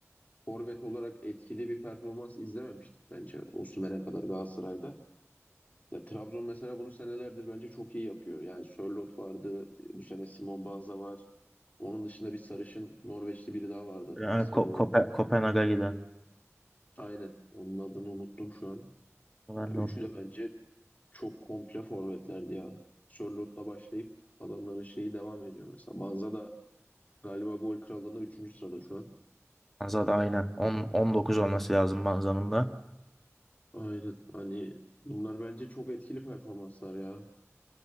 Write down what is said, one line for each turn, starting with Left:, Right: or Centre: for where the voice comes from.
Left: forvet olarak etkili bir performans izlememiştik bence Osimhen'e kadar Galatasaray'da. Ya Trabzon mesela bunu senelerdir bence çok iyi yapıyor. Yani Sörloth vardı, bu sene Simon Banza var. Onun dışında bir sarışın Norveçli biri daha vardı.
Centre: Yani
Left: İsmini
Centre: Ko-
Left: unuttum.
Centre: Kope- Kopenhag'a giden.
Left: Aynen. Onun adını unuttum şu an.
Centre: Ben
Left: Ya üçü
Centre: de unuttum.
Left: de bence çok komple forvetlerdi ya. Sörloth'la başlayıp adamların şeyi devam ediyor mesela. Banza da galiba gol krallığında üçüncü sırada şu an.
Centre: Banza'da aynen. 10, 19 olması lazım Banza'nın da.
Left: Aynen. Hani bunlar bence çok etkili performanslar ya.